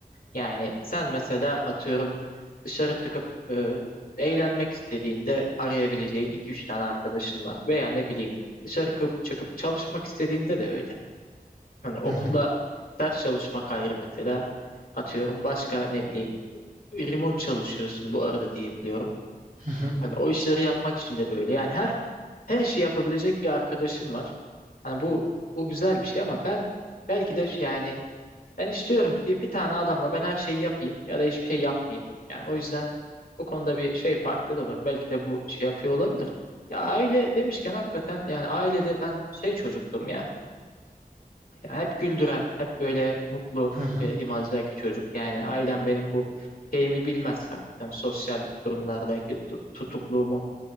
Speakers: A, on the left; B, on the right.
A: Yani sen mesela atıyorum dışarı çıkıp e, eğlenmek istediğinde arayabileceğin iki üç tane arkadaşın var. Veya ne bileyim dışarı çıkıp, çıkıp çalışmak istediğinde de öyle. Hani okula
B: Hı hı,
A: ders çalışmak ayrı mesela. Atıyorum başka ne bileyim remote çalışıyorsun bu arada diye biliyorum.
B: hı hı,
A: Hani o işleri yapmak için de böyle. Yani her her işi yapabilecek bir arkadaşın var. Hani bu bu güzel bir şey ama ben belki de yani ben istiyorum ki bir tane adamla ben her şeyi yapayım ya da hiçbir şey yapmayayım. Yani o yüzden bu konuda bir şey farklı da var. Belki de bu şey yapıyor olabilir. Ya aile demişken hakikaten yani ailede ben şey çocuktum ya. Ya hep güldüren, hep böyle mutlu
B: hı hı.
A: e, imajdaki çocuk. Yani ailem benim bu şeyimi bilmez hakikaten sosyal durumlardaki tu- tutukluğumu